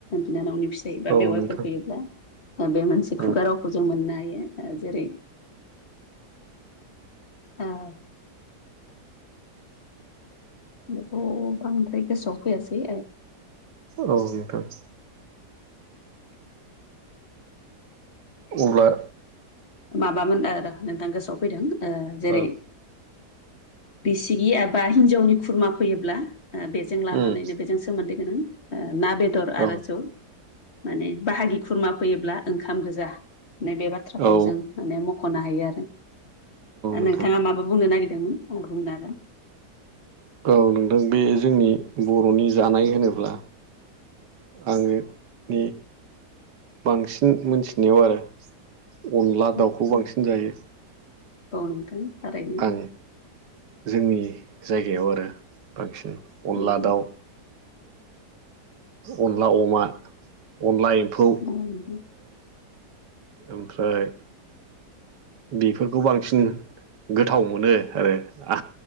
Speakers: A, on the left; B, on the right.
A: बिनानावनि फिसा बा
B: औ
A: बेवाइफोर
B: नोंथां
A: फैयोब्ला बे मोनसे
B: उम
A: खुगा रावखौ जों मोननो हायो। जेर ओ बेखौ बांद्राय गोसोआव फैयासै
B: औ नोंथां अब्ला
A: माबामोन नोंथां गोसोआव फैदों जेरै
B: ओ
A: बिसिगि एबा हिन्जावनि खुरमा फैयोब्ला बे जों लानानैनो
B: उम
A: बेजों सोमोन्दो गोनां ना बेदर
B: औ
A: आरो जौ माने बाहागि खुरमा फैयोब्ला ओंखाम गोजा होननाय बे बाथ्राखौ
B: औ
A: जों माने मख'नो हायो आरो दा नोंथाङा
B: नोंथां
A: माबा बुंनो नागिरदोंमोन आंबो बुंनो आरो ना
B: औ नोंथां बे जोंनि बर'नि जानाय होनोब्ला आङो बांसिन मोनथिनायाव आरो अनला
A: हागोन
B: दाउखौ बांसिन जायो।
A: औ नोंथां थारैनो
B: आं जोंनि जायगायाव आरो बांसिन अनला
A: नोंथां
B: दाउ अनला अमा अनला एम्फौ
A: औ नोंथां
B: ओमफ्राय बेफोरखौ बांसिन गोथाव मोनो आरो आ